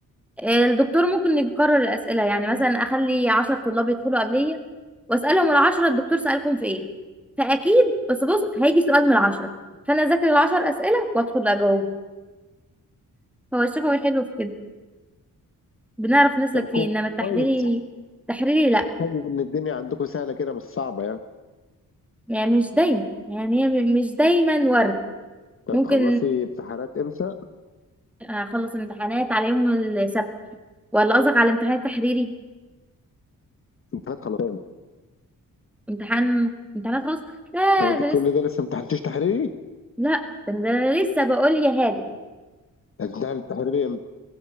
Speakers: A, in the centre; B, on the left.
A: آه، الدكتور ممكن يكرر الاسئله يعني مثلا اخلي 10 طلاب يدخلوا قبليه واسالهم العشرة الدكتور سالكم في ايه فاكيد بس بص هيجي سؤال من العشرة فانا اذاكر العشر اسئله وادخل اجاوبه هو الشفوي حلو في كده بنعرف نسلك
B: طب
A: فيه انما التحريري
B: كويس
A: تحريري لا
B: حلو ان الدنيا عندكم سهلة كده مش صعبة يعني
A: يعني مش دايما يعني هي م- مش دايما ورد
B: انت
A: ممكن
B: هتخلصي امتحانات امتى؟
A: اخلص الامتحانات على يوم السبت ولا قصدك على امتحان تحريري
B: امتحانات خلاص امتى؟
A: امتحان امتحانات خلاص لا
B: طب انت
A: ده
B: كل
A: لسه
B: ده لسه ما امتحنتيش تحريري؟
A: لا ده أنا- ده أنا لسه بقول يا هادي
B: هتمتحن التحريري امتى؟